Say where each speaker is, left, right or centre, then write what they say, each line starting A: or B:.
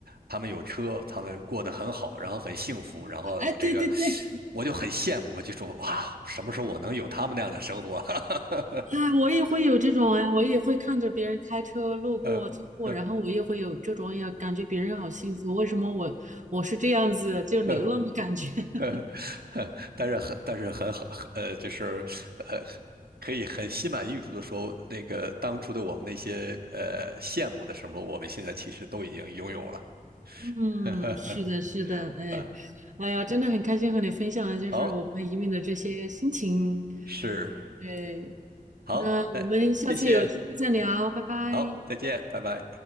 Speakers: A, on the right; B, on the right.
A: 他们有车，他们过得很好，然后很幸福，然后这个
B: 哎，对对对，
A: 我就很羡慕，我就说哇，什么时候我能有他们那样的生活？<laughs>
B: 哎，我也会有这种哎，我也会看着别人开车路过、
A: 呃呃
B: 经过，然后我也会有这种，哎呀，感觉别人好幸福，为什么我我是这样子，就流浪的感觉。
A: 呃
B: <laughs>
A: 呃呃但是很但是很很呃，就是呃，可以很心满意足的说，那个当初的我们那些呃羡慕的生活，我们现在其实都已经拥有了。
B: 嗯，
A: <laughs>
B: 是的，是的，哎，
A: 啊，
B: 哎呀，真的很开心和你分享的，就是我们移民的这些心情。
A: 好，是
B: 哎，
A: 好，
B: 那我们下次有机会再聊，
A: 哎，谢谢，嗯，
B: 拜拜。
A: 好，再见，拜拜。